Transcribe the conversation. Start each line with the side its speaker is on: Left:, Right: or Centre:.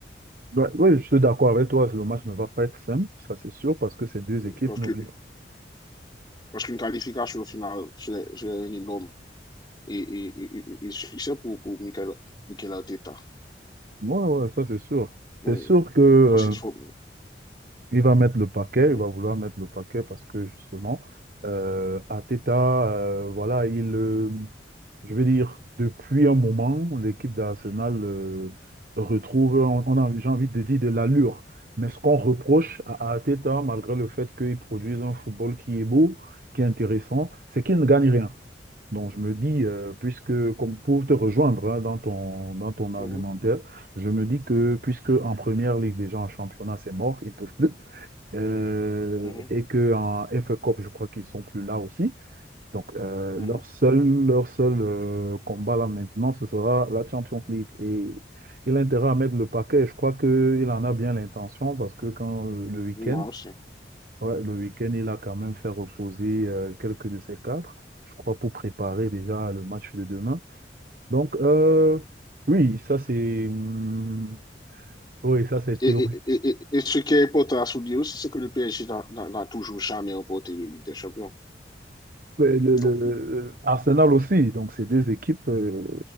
Right: Ouais, ouais, je suis d'accord avec toi, le match ne va pas être simple, ça c'est sûr, parce que ces deux équipes
Left: Parce
Right: n'oublient
Left: que
Right: pas.
Left: parce qu'une qualification au final, c'est un énorme et, et, et, et, succès pour, pour Michael, Michael Arteta.
Right: Ouais, ouais, ça c'est sûr.
Left: Oui,
Right: C'est sûr que euh,
Left: parce qu'il faut.
Right: Il va mettre le paquet,
Left: Mm -hmm,
Right: il va vouloir mettre le paquet parce que justement, euh, Arteta, euh, voilà, il, euh, je veux dire, depuis un moment, l'équipe d'Arsenal euh, retrouve, on, on a, j'ai envie de dire, de l'allure. Mais ce qu'on reproche à Arteta, malgré le fait qu'il produise un football qui est beau, qui est intéressant, c'est qu'il ne gagne rien. Donc je me dis, euh, puisque, comme pour te rejoindre hein, dans ton, dans ton argumentaire,
Left: mm
Right: je me dis que puisque en première ligue, déjà en championnat, c'est mort, ils peuvent plus. Euh,
Left: -hmm,
Right: et que en F FA Cup, je crois qu'ils sont plus là aussi. Donc, euh,
Left: mm
Right: leur
Left: -hmm,
Right: seul, leur seul euh, combat là maintenant, ce sera la Champions League. Et il a intérêt à mettre le paquet. Je crois qu'il en a bien l'intention parce que quand euh, le week-end,
Left: non, c'est.
Right: ouais, le week-end, il a quand même fait reposer euh, quelques de ses cadres, je crois, pour préparer déjà le match de demain. Donc, euh, oui, ça c'est, hum, oui, ça c'est
Left: Et,
Right: théorique.
Left: et, et, et, ce qui est important à souligner aussi, c'est que le PSG n'a toujours jamais remporté la Ligue des Champions.
Right: Ouais, Le,
Left: Donc,
Right: le- le- Arsenal aussi, donc ces deux équipes. euh,